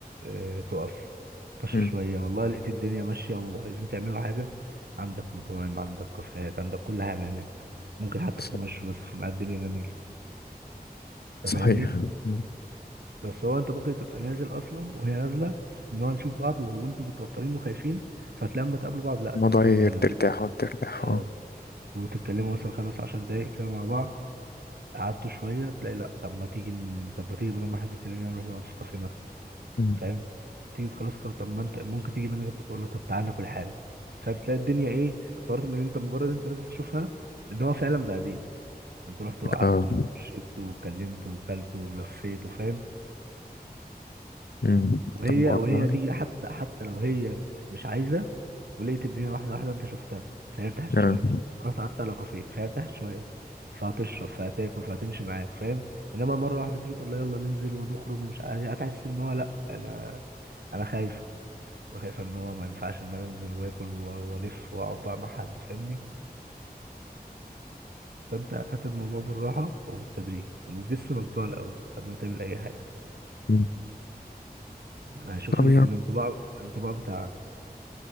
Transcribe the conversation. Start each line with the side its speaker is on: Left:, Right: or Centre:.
Right: آه، تقف اتمشى
Left: امم
Right: شوية والله لقيت الدنيا ماشية وعايزين تعملوا حاجة عندك مطاعم عندك كافيهات عندك كل حاجة هناك ممكن حتى
Left: ص-
Right: تتمشوا بس في ميعاد الدنيا جميلة انت
Left: صحيح
Right: فاهمني
Left: مم.
Right: بس هو انت ممكن تبقى نازل اصلا وهي نازلة ان هو نشوف بعض وانتوا متوترين وخايفين فتلاقي اما تقابلوا بعض لا
Left: الموضوع
Right: ده الدنيا
Left: هي ترتاح
Right: لذيذة
Left: وترتاح
Right: اه
Left: اه
Right: وتتكلموا مثلا خمس عشر دقايق كده مع بعض قعدتوا شوية تلاقي لا طب ما تيجي طب ما تيجي بدل ما احنا بنتكلم نروح نقعد في كافيه مثلا
Left: مم.
Right: فاهم تيجي تخلص كده طب ما انت ممكن تيجي منك انت تقول له طب تعالى ناكل حاجه فاهم تلاقي الدنيا ايه اتطورت من ان انت مجرد انت نازل تشوفها ان هو فعلا بقى دي انت رحت وقعدت
Left: اه
Right: وشربت وكلمت وكلت ولفيت وفاهم
Left: مم.
Right: وهي
Left: طب والله
Right: وهي تيجي حتى حتى لو هي مش عايزه ولقيت الدنيا واحده واحده انت شفتها فهي ارتاحت
Left: اه
Right: شويه رحت قعدت على كافيه فهي ارتاحت شويه فهتشرب فهتاكل فهتمشي معاك فاهم انما مره واحده تيجي تقول لها يلا ننزل ونخرج ومش عايز هتحس ان هو لا انا انا خايف وشايفة ان هو ما ينفعش ان انا انزل واكل و- والف واقعد بقى مع حد فاهمني فانت هات الموضوع بالراحة وبالتدريج وجس الانطباع الاول قبل ما تعمل اي حاجة
Left: مم.
Right: هشوف
Left: طب
Right: ال-
Left: يا
Right: الانطباع الانطباع بتاع